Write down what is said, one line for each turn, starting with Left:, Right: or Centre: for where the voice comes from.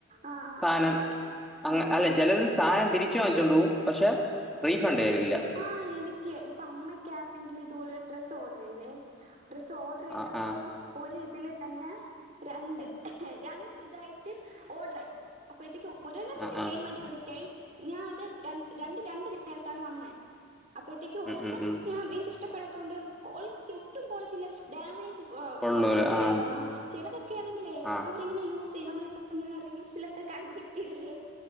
Right: ആ ആ
Centre: സാധനം
Right: ആ
Centre: അ
Right: ആ ആ
Centre: അല്ല ചെലത് സാധനം തിരിച്ചു വാങ്ങിച്ചോണ്ട് പോകും പക്ഷെ റീഫണ്ട് വരില്ല
Right: ആഹ് എനിക്ക് ഇപ്പൊ അമ്മക്ക്‌ ആക്കാണെങ്കിൽ ഇതുപോലെ ഒരു ഡ്രസ്സ് ഓർഡർ ചെയ്തേ ഡ്രസ്സ് ഓർഡർ ചെയ്തപ്പോൾ
Centre: ആ ആ
Right: ഒര് ഇതില് തന്നെ രണ്ട് രണ്ട് ഇതായിട്ട് ഓർഡർായി അപ്പോഴത്തേക്ക്- ഒരെണ്ണത്തിന്റെ
Centre: ആ ആ
Right: പേയ്മെന്റ് ക്രടിറ്റായ്. ഞാ ത് ര രണ്ട് രണ്ട് നേരത്താണ് വന്നെ. അപ്പഴത്തേക്ക് ഒരെണ്ണം
Centre: ഉം ഉം ഉം
Right: ഞ എനിക്ക് ഇഷ്ടപ്പെടാത്ത കൊണ്ട് കോളിറ്റി ഒട്ടും കൊളത്തില്ല. ഡാമേജ്
Centre: കൊള്ളൂല
Right: പ്രോഡക്റ്റ്
Centre: ആ
Right: ആയിരുന്ന. ചിലതൊക്കെ ആണെങ്കിലേ
Centre: ആ
Right: അ ആരെങ്കിലും യൂസ് ചെയ്യ നമ്മളിപ്പോ ഇങ്ങനെ റീൽസിലൊക്കെ കണ്ടിട്ടില്ലേ.